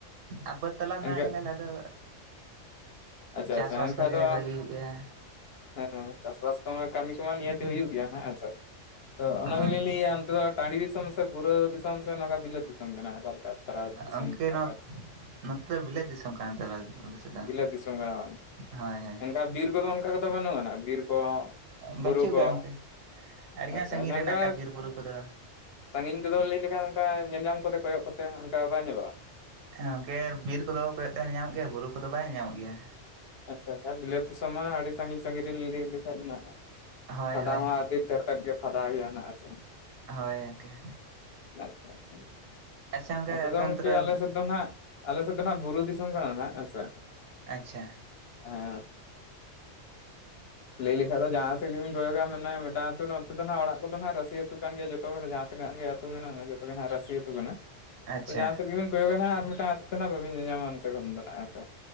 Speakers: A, on the right; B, on the left.
A: ᱟ ᱵᱟᱹᱫ ᱛᱟᱞᱟ
B: ᱮᱱᱠᱷᱟᱡ
A: ᱢᱮᱱᱟᱜ ᱟᱠᱟᱫ ᱞᱮ ᱟᱞᱮ ᱫᱚ᱾
B: ᱟᱪᱪᱷᱟ
A: ᱪᱟᱥᱵᱟᱥ
B: ᱟᱪᱪᱷᱟ ᱮᱱᱠᱷᱟᱡ
A: ᱠᱚᱜᱮ
B: ᱫᱚ
A: ᱵᱷᱟᱜᱤ ᱜᱮᱭᱟ
B: ᱦᱮᱸ ᱪᱟᱥᱵᱟᱥ ᱠᱚᱢᱟ ᱠᱟᱹᱢᱤ ᱠᱚᱢᱟ ᱱᱤᱦᱟᱹᱛᱤ ᱦᱩᱭᱩᱜ ᱜᱮᱭᱟ ᱱᱟᱦᱟᱜ ᱦᱮᱸᱥᱮ᱾ ᱛᱚ ᱚᱱᱟ
A: ᱦᱳᱭ
B: ᱜᱮᱞᱤᱧ ᱞᱟᱹᱭᱟ ᱛᱮ ᱫᱚ ᱴᱟᱺᱰᱤ ᱫᱤᱥᱚᱢ ᱥᱮ ᱯᱩᱨᱟᱹ ᱫᱤᱥᱚᱢ ᱥᱮ ᱱᱚᱝᱠᱟ ᱵᱤᱞᱟᱹᱛ ᱫᱤᱥᱚᱢ ᱠᱟᱱᱟ ᱚᱠᱟ ᱞᱮᱠᱟ? ᱫᱷᱟᱨᱟ ᱫᱤᱥᱚᱢ
A: ᱚᱝᱠᱮ ᱱᱚᱶᱟ
B: ᱟᱯᱮ ᱟᱯᱮ
A: ᱱᱚᱛᱮ ᱫᱚ ᱵᱤᱞᱟᱹᱛ ᱫᱤᱥᱟᱹᱢ ᱠᱟᱱ ᱛᱟᱞᱮ ᱟᱞᱮ ᱫᱚ᱾ ᱥᱮᱫ
B: ᱵᱤᱞᱟᱹᱛ ᱫᱤᱥᱚᱢ ᱠᱟᱱᱟ
A: ᱦᱳᱭ ᱦᱳᱭ
B: ᱮᱱᱠᱷᱟᱡ ᱵᱤᱨ ᱠᱚᱫᱚ ᱚᱱᱠᱟ ᱠᱚᱫᱚ ᱵᱟᱹᱱᱩᱜ ᱟᱱᱟᱜ᱾ ᱵᱤᱨ ᱠᱚ
A: ᱵᱟᱹᱪᱩᱜ
B: ᱵᱩᱨᱩ
A: ᱟᱠᱟᱫ
B: ᱠᱚ᱾
A: ᱜᱚᱝᱠᱮ ᱟᱹᱰᱤᱜᱟᱱ
B: ᱟᱪᱪᱷᱟ
A: ᱥᱟᱺᱜᱤᱧ
B: ᱢᱮᱱᱠᱟᱷᱟᱡ
A: ᱨᱮ ᱦᱮᱱᱟᱜ ᱟᱠᱟᱫ ᱵᱤᱨ ᱵᱩᱨᱩ ᱠᱚᱫᱚ
B: ᱥᱟᱺᱜᱤᱧ ᱠᱚᱫᱚ ᱞᱟᱹᱭ ᱞᱮᱠᱷᱟᱱ ᱚᱱᱠᱟ ᱧᱮᱞ ᱧᱟᱢ ᱠᱚᱛᱮ ᱠᱚᱭᱚᱜ ᱠᱚᱛᱮ ᱦᱟᱸᱜ ᱚᱱᱠᱟ ᱵᱟᱭ ᱧᱮᱞᱚᱜᱼᱟ᱾
A: ᱦᱮᱸ ᱜᱚᱝᱠᱮ ᱵᱤᱨ ᱠᱚᱫᱚ ᱠᱚᱭᱚᱜ ᱛᱮ ᱧᱮᱞ ᱧᱟᱢᱚᱜ ᱜᱮᱭᱟ, ᱵᱩᱨᱩ ᱠᱚᱫᱚ ᱵᱟᱭ ᱣᱮᱞ ᱧᱟᱢᱚᱜ ᱜᱮᱭᱟ᱾
B: ᱟᱪᱪᱷᱟ ᱟᱪᱪᱷᱟ ᱵᱤᱞᱟᱹᱛ ᱫᱤᱥᱚᱢ ᱢᱟ ᱟᱹᱰᱤ ᱥᱟᱺᱜᱤᱧ ᱥᱟᱺᱜᱤᱧ ᱨᱤᱞ ᱞᱤᱭ ᱞᱮᱠᱷᱟᱡ ᱫᱚᱱᱥᱦᱟᱜ
A: ᱦᱳᱭ
B: ᱯᱷᱟᱫᱟ
A: ᱦᱳᱭ
B: ᱦᱚᱸ ᱟᱹᱰᱤ ᱩᱛᱟᱹᱨ᱾ ᱛᱮᱫ ᱜᱮ ᱯᱷᱟᱫᱟᱣ ᱦᱩᱭᱩᱜ-ᱟ ᱱᱟᱦᱟᱜ ᱟᱨ ᱪᱮᱫ᱾
A: ᱦᱳᱭ ᱜᱚᱝᱠᱮ᱾
B: ᱟᱪᱶᱷᱟ ᱟᱪᱪᱷᱟ ᱱᱚᱛᱮ ᱫᱚ᱾ᱟᱛᱩ
A: ᱟᱪᱪᱷᱟ
B: ᱫᱚ
A: ᱟᱯᱮ
B: ᱜᱚᱝᱠᱮ
A: ᱚᱱᱛᱮ ᱨᱮ
B: ᱟᱞᱮ ᱥᱮᱫ ᱫᱚ ᱱᱟᱦᱟᱜ ᱟᱞᱮ ᱥᱮᱫ ᱫᱚ ᱱᱟᱦᱜ ᱵᱩᱨᱩ ᱫᱤᱥᱚᱢ ᱠᱟᱱᱟ ᱱᱟᱜ ᱦᱮᱸᱥᱮ᱾
A: ᱟᱪᱪᱷᱟ᱾
B: ᱮᱸᱻ ᱞᱟᱹᱭ ᱞᱮᱠᱷᱷᱟᱡ ᱫᱚ ᱡᱟᱦᱟᱸ ᱥᱮᱫ ᱜᱮᱢ ᱠᱚᱭᱳᱜᱟ ᱢᱮᱱᱟ ᱢᱤᱫᱴᱟᱝ ᱟᱹᱛᱩ ᱱᱚᱛᱮ ᱫᱚᱦᱜ ᱚᱲᱟᱜ ᱠᱚᱫᱚᱦᱱᱟᱜ ᱨᱟᱹᱥᱤ ᱟᱹᱛᱩ ᱠᱟᱱ ᱜᱮᱭᱟ ᱡᱚᱛᱚ ᱠᱚ ᱛᱤᱱᱟᱹᱜ ᱜᱮ ᱟᱹᱛᱩ ᱢᱮᱱᱟᱜᱼᱟ ᱡᱚᱛᱚ ᱜᱮ ᱱᱟᱦᱟᱜ ᱨᱟᱹᱥᱤ ᱟᱹᱛᱩ ᱠᱟᱱᱟ᱾
A: ᱟᱪᱪᱷᱟ
B: ᱛᱚ ᱡᱟᱦᱟᱸ ᱥᱮᱫ ᱜᱮᱵᱤᱱ ᱠᱚᱭᱚᱜ ᱦᱟᱸᱜ ᱟᱨ ᱢᱤᱫᱴᱟᱝ ᱟᱛᱩ ᱫᱚ ᱦᱟᱸᱜ ᱵᱟᱵᱤᱱ ᱧᱮᱧᱟᱢᱟ᱾ ᱱᱚᱛᱮ ᱠᱷᱚᱱ ᱫᱚ ᱱᱟᱜ ᱦᱮᱸᱥᱮ